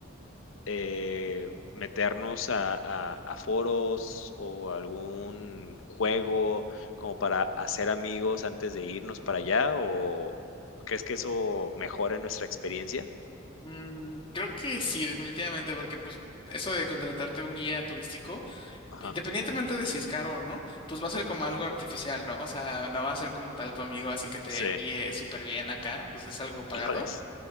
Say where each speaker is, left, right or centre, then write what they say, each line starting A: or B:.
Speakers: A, on the left; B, on the left.
A: eh, meternos a, a- a foros o algún juego como para hacer amigos antes de irnos para allá? ¿O crees que eso mejora nuestra experiencia?
B: Mm, creo que sí, definitivamente, porque pues eso de contratarte un guía turístico
A: Ajá.
B: Independientemente de si es caro o no, pues va a ser como algo artificial, ¿no? O sea, no va a ser como tal tu amigo, así que te
A: Sí.
B: guíe súper bien acá, pues es algo pagado,
A: Híjoles,